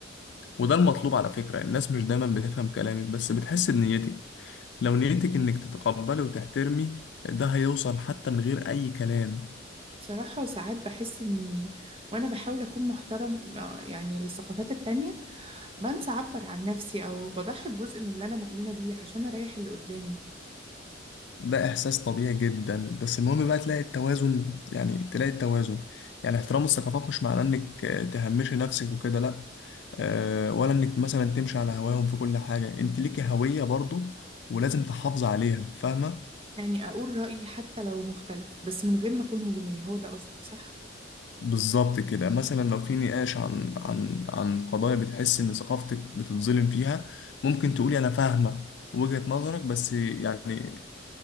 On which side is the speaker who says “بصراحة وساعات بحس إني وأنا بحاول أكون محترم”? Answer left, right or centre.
Right